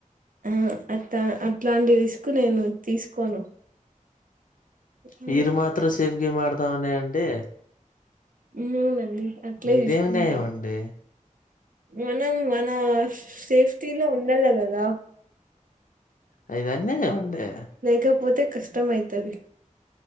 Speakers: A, on the right; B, on the left.
A: ఆ అట్ అట్లాంటి రిస్క్ నేను తీసుకోను ఉమ్,
B: మీరు మాత్రం సేఫ్ గేమ్ ఆడతామనే అండి
A: అ అవునండి అట్లే
B: ఇదేమి
A: తీసుకుంటా
B: న్యాయం అండి
A: మనం మన సేఫ్టీ లో ఉండాల కదా
B: అయిదన్నే ఉండే
A: లేకపోతే కష్టం అయితది